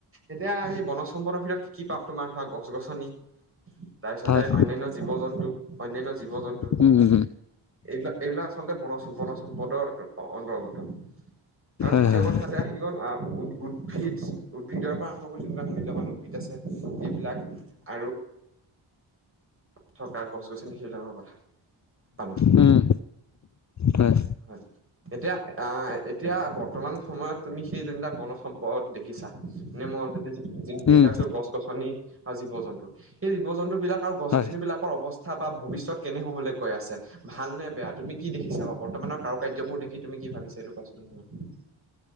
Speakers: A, on the right (about 25°); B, on the left (about 35°).
A: এতিয়া আ, এ, বনজ সম্পদৰ ভিতৰত কি কি পাওঁ, তোমাৰ ধৰা গছ গছনি তাৰপিছতে
B: হয়
A: অন্যান্য জীৱ জন্তু, অন্যান্য জীৱ জন
B: উম
A: এইবিলাক এইবিলাক আচলতে বনজ বনজ সম্পদৰ অন্তৰ্গত। আৰু
B: হয়
A: দ্বিতীয়
B: হয়
A: কথাতে
B: হয়
A: আহি গ'ল আহ, উদ-উদ্ভিদ উদ্ভিদৰ পৰা আৰম্ভ যোনবিলাক মূল্যবান উদ্ভিদ আছে সেইবিলাক আৰু থকা গছ গছনি সেইবিলাকৰ কথা। পালোঁ
B: উম, হয়।
A: হয়। এতিয়া আ, এতিয়া বৰ্তমান সময়ত তুমি সেই যোনবিলাক বনজ সম্পদ দেখিছা নে মই অলৰেডি যোনখিনি
B: উম
A: কথা কৈছোঁ, গছ গছনি আৰু জীৱ জন্তু। সেই জীৱ জন্তুবিলাক আৰু গছ
B: হয়
A: গছনিবিলাক কৰ অৱস্থা বা ভৱিষ্যত কেনে হ'বলৈ গৈ আছে, ভাল নে বেয়া, তুমি কি দেখিছা বা বৰ্তমানৰ কাৰু কাৰ্যবোৰ দেখি তুমি কি ভাবিছা এইটো কোৱাচোন অকমান।